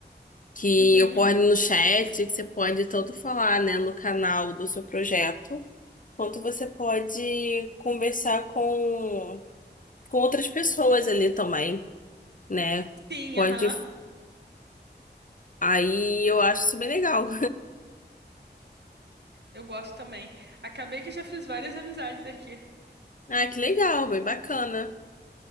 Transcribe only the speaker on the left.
que
ocorre no chat, que você pode tanto falar, né, no canal do seu projeto, quanto você pode conversar com com outras pessoas ali também, né?
Pode.
Aí eu acho isso bem legal.
Ah, que legal, bem bacana.